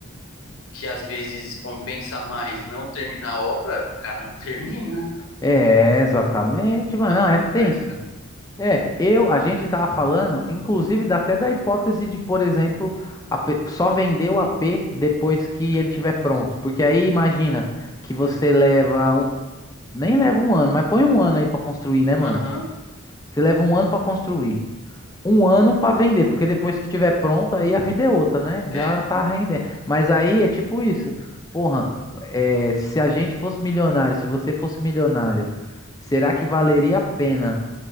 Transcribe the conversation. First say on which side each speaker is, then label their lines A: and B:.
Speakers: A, on the left; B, on the left.
A: que às vezes compensa mais não terminar a obra, o cara não <laughs> termina.
B: É, exatamente, mano.
A: Matemática.
B: Não, é tenso.
A: né?
B: É, eu, a gente tava falando, inclusive, dá até da hipótese de, por exemplo, a pe- só vender o AP depois que ele tiver pronto. Porque aí imagina que você leva um, nem leva um ano, mas põe um ano aí pra construir, né, mano?
A: Aham.
B: Você leva um ano para construir, um ano para vender, porque depois que tiver pronto, aí a vida é outra, né?
A: É.
B: Já tá rendendo. Mas aí é tipo isso. Porra, é, se a gente fosse milionário, se você fosse milionário, será que valeria a pena